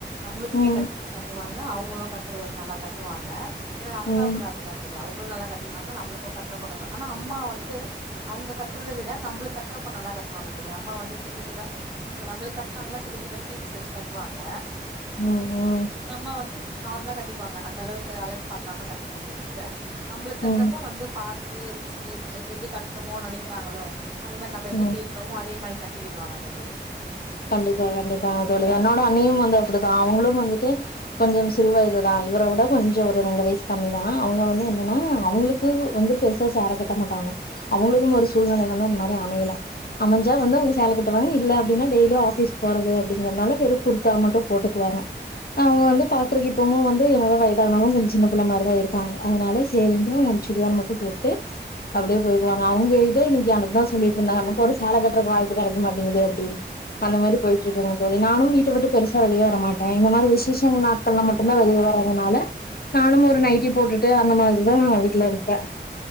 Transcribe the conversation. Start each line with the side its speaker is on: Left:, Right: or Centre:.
Right: நம்மளுக்குமே
Left: ம்
Right: கட்டி கட்டுவாங்க அவங்களும் கட் ந்து நல்லா கட்டுவாங்க
Left: ம்
Right: கூட அப்புடிதா தோழி அவங்க நல்லா கண்டிப்பாங்க நம்மளுக்கும் கட்ட ஆனா அம்மா வந்து அவுங்க கட்றத விட நம்மளுக்கு கட்றப்ப நல்லா கட்டுவாங்க தோழி அம்மா வந்து சின்ன சின்ன நம்மளுக்கு கட்னாங்கனா சின்ன சின்ன பீட்ஸ் வச்சு கட்டுவாங்க
Left: உம்உம்
Right: நம்ம வந்து நார்மலா கட்டிப்பாங்க அந்தளவுக்கு அலப்பு பாக்காம கட்டி றதுண்டு நம்மளுக்கட்டுற
Left: ம்
Right: போ வந்து பாத் எ எப்பெப்டி கட்டணுமோ நெனைக்கிறாங்களோ அது மாதிரி நம்ப எப்ப
Left: ம்
Right: கேக்குறோமோ அதே மாரி கட்டி விடுவாங்க தோழி
Left: கண்டிப்பா கண்டிப்பா அ தோழி என்னோட அன்னியும் வந்து அப்படிதான் அவங்களும் வந்துட்டு கொஞ்சம் சிறு வயதுதான் இவரை விட கொஞ்சம் ஒரு ரெண்டு வயசு கம்மிதான் அவங்க வந்து என்னன்னா அவங்களுக்கு வந்து பெருசா சேல கட்ட மாட்டாங்க அவங்களுக்கும் ஒரு சூழ்நிலை வந்து அதுமாறி அமையல அமஞ்சா வந்து சேல கட்டுவாங்க இல்ல அப்புடினா டெய்லி டெய்லி ஆபீஸ் போறது அப்படிங்கறதுனால வெறும் குர்தா மட்டும் போட்டுக்குவாங்க அவங்க வந்து பாக்குறக்கு இப்பம வந்து என்னோட வயதானனாலும் கொஞ்சம் சின்ன பிள்ள மாதிரிதான் இருப்பாங்க அதுனால சேரின்ட்டு அவங்க சுடிதார் மட்டும் போட்டு அப்புடியே போயிக்குவாங்க அவங்க கிட்ட இன்னைக்கு எனக்குதான் சொல்லிட்டு இருந்தாங்க நமக்கு ஒரு சேலை கட்டுறக்கு வாய்ப்பு கிடைக்க மாட்டேங்குது அப்புடின்னு அந்த மாதிரி போயிட்டு இருக்குங்க தோழி நானும் வீட்டை விட்டு பெருசா வெளியே வர மாட்டேன் இந்த மாதிரி விசேஷம் நாட்கள்ல மட்டும்தான் வெளியே வறதுனால நானும் ஒரு நைட்டி போட்டுட்டு அந்த மாதிரிதான் வீட்டுல இருப்பேன்